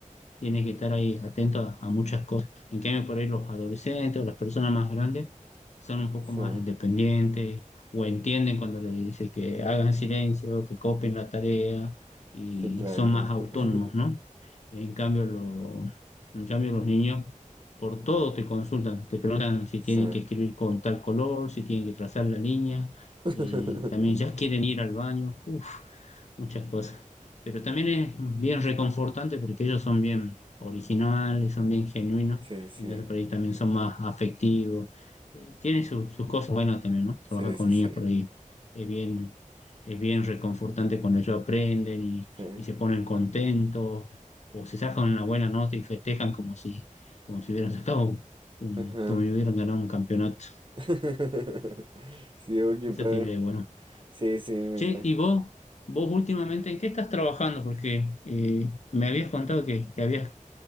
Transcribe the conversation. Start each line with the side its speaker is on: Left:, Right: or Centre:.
Left: tiene que estar ahí atento a, a muchas cosas. En cambio, por ahí los adolescentes o las personas más grandes son un poco
Right: sí,
Left: más independientes o entienden cuando le dice que hagan silencio, que copien la tarea y
Right: sí, claro.
Left: son
Right: ajá.
Left: más autónomos,
Right: <laughs>
Left: ¿no? En cambio, lo- en cambio los niños por todo te consultan, te preguntan si
Right: Sí.
Left: tienen que escribir con tal color, si tienen que trazar la línea,
Right: <laughs>
Left: eh, también ya quieren ir al baño. Uf, muchas cosas. Pero también es bien reconfortante porque ellos son bien originales, son bien genuinos,
Right: Sí, sí,
Left: entonces por ahí también son más afectivos. Eh, tiene su- sus cosas buenas también, ¿no?
Right: sí,
Left: Trabajar con
Right: sí,
Left: niños
Right: sí,
Left: por ahí es bien, es bien reconfortante cuando ellos aprenden y,
Right: sí.
Left: y se ponen contentos o se sacan una buena nota y festejan como si, como si hubieran sacado un, un-
Right: Ajá.
Left: como si hubieran ganado un campeonato.
Right: <laughs> Sí, oh, qué
Left: Eso
Right: padre.
Left: tiene de bueno.
Right: Sí, sí, me
Left: Che,
Right: imagino.
Left: ¿y vos, vos últimamente
Right: Ajá.
Left: en qué estás trabajando? Porque eh, me habías contado que, que habías,